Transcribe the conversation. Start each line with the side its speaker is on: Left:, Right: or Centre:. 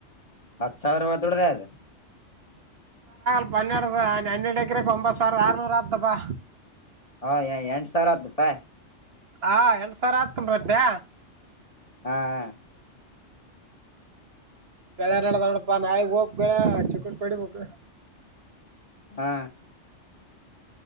Left: ಹತ್ತು ಸಾವಿರವ ದದುಡದ ಅದು
Right: ಹನ್ನೆರಡ ಸ ಹನ್ನೆರಡು ಎಕ್ರಕ್ ಒಂಬತ್ತು ಸಾವಿರ ಆರ್ನೂರ ಆತಪ್ಪಾ
Left: ಹಾ ಎಂಟ ಸಾವಿರ ಆತಪ
Right: ಹಾ ಎಂ ಸಾವಿರ ಹತ್ತೊಂಬ್ರತ್ತೆ
Left: ಹಾ ಹಾ
Right: ಗಳ ನಡದ ನೋಡಪ್ಪಾ ನಾಳಿಗ್ ಹೋಗಬ್ ಗಗಳ ಚಕ್ಕರ್ ಪಡಿಬೇಕಕ್ು
Left: ಹಾ